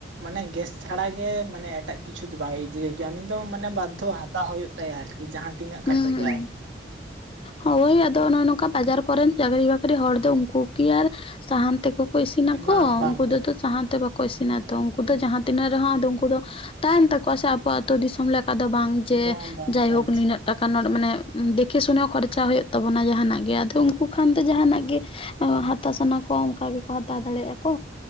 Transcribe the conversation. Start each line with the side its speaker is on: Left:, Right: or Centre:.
Right: ᱢᱟᱱᱮ ᱜᱮᱥ ᱪᱷᱟᱲᱟ ᱜᱮ ᱢᱟᱱᱮ ᱮᱴᱟᱜ ᱠᱤᱪᱷᱩ ᱫᱚ ᱵᱟᱭ ᱤᱭᱟᱹᱭ ᱜᱮᱭᱟ ᱩᱱᱤ ᱫᱚ ᱢᱟᱱᱮ ᱵᱟᱫᱽᱫᱷᱚ ᱦᱟᱛᱟᱣ ᱦᱩᱭᱩᱜ ᱛᱟᱭᱟ ᱟᱨᱠᱤ ᱡᱟᱦᱟᱸ ᱛᱤᱱᱟᱹᱜ
Left: ᱦᱩᱸ
Right: ᱠᱟᱛᱮ
Left: ᱦᱩᱸ
Right: ᱜᱮ ᱟᱨ
Left: ᱦᱳᱭ ᱟᱫᱚ ᱱᱚᱜ-ᱚᱭ ᱱᱚᱝᱠᱟ ᱵᱟᱡᱟᱨ ᱠᱚᱨᱮᱱ ᱪᱟᱹᱠᱨᱤ ᱵᱟᱹᱠᱨᱤ ᱦᱚᱲ ᱫᱚ ᱩᱱᱠᱩ ᱠᱤ ᱟᱨ ᱥᱟᱦᱟᱱ ᱛᱮ ᱠᱩ ᱠᱚ ᱤᱥᱤᱱᱟᱠᱚ
Right: ᱦᱮᱸ ᱵᱟᱝ ᱵᱟᱝ
Left: ᱩᱱᱠᱩ ᱫᱚᱛᱚ ᱥᱟᱦᱟᱱ ᱛᱮ ᱵᱟᱠᱚ ᱤᱥᱤᱱᱟ ᱛᱚ ᱩᱱᱠᱩ ᱫᱚ ᱡᱟᱦᱟᱸ ᱛᱤᱱᱟᱹᱜ ᱨᱮᱦᱚᱸ ᱟᱫᱚ ᱩᱱᱠᱩ ᱫᱚ ᱛᱟᱦᱮᱱ ᱛᱟᱠᱚᱣᱟ ᱥᱮ ᱟᱵᱚ ᱟᱛᱳ ᱫᱤᱥᱚᱢ ᱞᱮᱠᱟ ᱫᱚ ᱵᱟᱝ ᱡᱮ
Right: ᱵᱟᱝ ᱵᱟᱝ ᱵᱟᱝ
Left: ᱡᱟᱭᱦᱳᱠ ᱱᱤᱱᱟᱹᱜ ᱴᱟᱠᱟ ᱱᱚᱴ ᱢᱟᱱᱮ ᱫᱮᱠᱷᱮ ᱥᱩᱱᱮ ᱦᱚᱸ ᱠᱷᱚᱨᱪᱟ ᱦᱩᱭᱩᱜ ᱛᱟᱵᱚᱱᱟ ᱡᱟᱦᱟᱱᱟᱜ ᱜᱮ ᱟᱫᱚ ᱩᱱᱠᱩ ᱠᱷᱟᱱ ᱫᱚ ᱡᱟᱦᱟᱱᱟᱜ ᱜᱮ ᱮᱸᱦᱟᱛᱟᱣ ᱥᱟᱱᱟ ᱠᱚᱣᱟ ᱚᱱᱠᱟ ᱜᱮᱠᱚ ᱦᱟᱛᱟᱣ ᱫᱟᱲᱮᱭᱟᱜᱼᱟ ᱠᱚ᱾